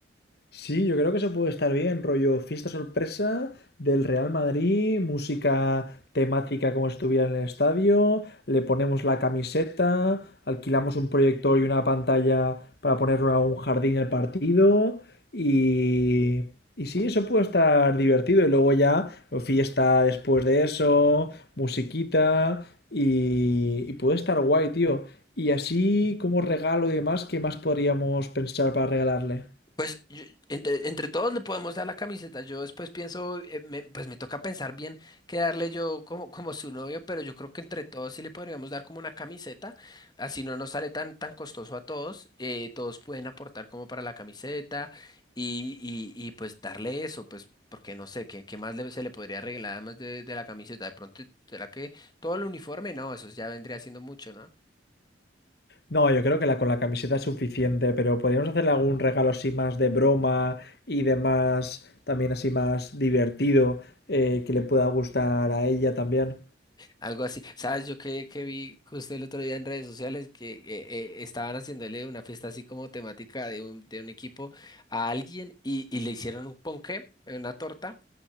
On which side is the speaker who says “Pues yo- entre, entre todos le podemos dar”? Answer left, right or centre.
Left